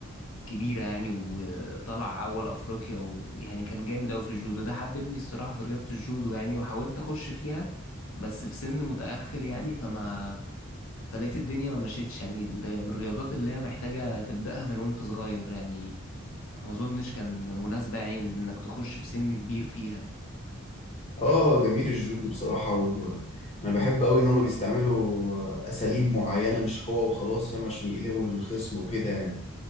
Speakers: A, on the left (about 70°); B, on the left (about 30°).
A: كبيرة يعني وطلع أول أفريقيا ويعني كان جامد أوي في الجودو ده حببني الصراحة في رياضة الجودو يعني وحاولت أخش فيها بس في سن متأخر يعني فما فلقيت الدنيا ما مشيتش يعني ال- من الرياضات اللي هي محتاجة تبدأها من وأنت صغير يعني ما أظنش كان مناسبة يعني إنك تخش في سن كبير فيها
B: اه جميل الجودو بصراحه وانا بحب قوي ان هم بيستعملوا اساليب معينه مش قوه وخلاص فاهم عشان يقلبوا الخصم وكده يعني